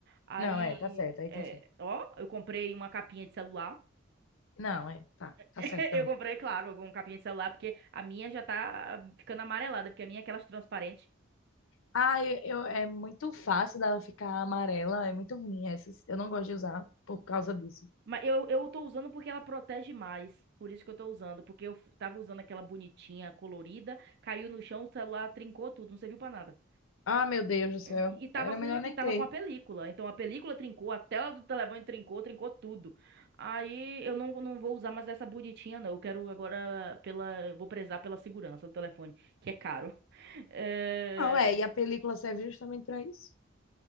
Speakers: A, on the right (about 55°); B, on the left (about 70°).
A: Aí,
B: Não é, tá certo, aí
A: é,
B: tá certo.
A: ó, eu comprei uma capinha de celular.
B: Não, é, tá, tá
A: <laughs>
B: certo também.
A: Eu comprei, claro, uma capinha de celular, porque a minha já tá ficando amarelada, porque a minha é aquelas transparentes.
B: Ah, eu, eu- é muito fácil dela ficar amarela, é muito ruim essas. Eu não gosto de usar por causa disso.
A: Mas eu, eu tô usando porque ela protege mais. Por isso que eu tô usando. Porque eu f- tava usando aquela bonitinha, colorida, caiu no chão, o celular trincou tudo, não serviu pra nada.
B: Ah, meu Deus do céu.
A: É, E tava
B: Era
A: com,
B: melhor nem
A: e tava
B: ter.
A: com a película. Então a película trincou, a tela do telefone trincou, trincou tudo. Aí eu não, não vou usar mais essa bonitinha, não. Eu quero agora pela. Vou prezar pela segurança do telefone, que é caro. <laughs> É,
B: Não, é, e a película serve justamente para isso.